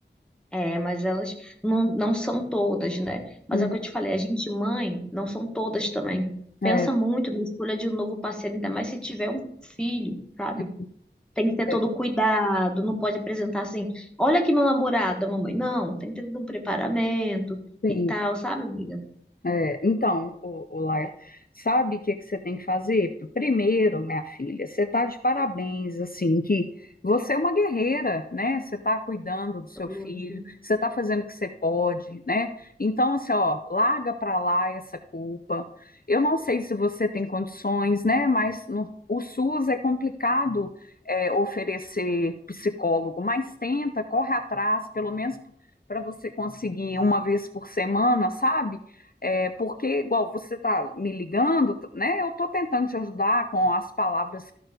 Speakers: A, in the centre; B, on the left (about 50°).
A: É, mas elas não, não são todas, né? Mas
B: Uhum.
A: é o que eu te falei: a gente, mãe, não são todas também.
B: É,
A: Pensa muito na escolha de um novo parceiro, ainda mais se tiver um filho, sabe?
B: é,
A: Tem que ter
B: é.
A: todo o cuidado, não pode apresentar assim: Olha aqui meu namorado, mamãe. Não, tem que ter todo um preparamento
B: sim.
A: e tal, sabe, amiga?
B: É, então, o, o Laia, sabe o que que você tem que fazer? Primeiro, minha filha, você está de parabéns, assim, que você é uma guerreira, né? Você está cuidando do seu
A: Então,
B: filho,
A: assim,
B: você está fazendo o que você pode, né? Então, assim, ó, larga para lá essa culpa. Eu não sei se você tem condições, né? Mas no- o SUS é complicado é, oferecer psicólogo, mas tenta, corre atrás, pelo menos para você conseguir uma vez por semana, sabe? É, porque, igual você está me ligando, né? Eu estou tentando te ajudar com as palavras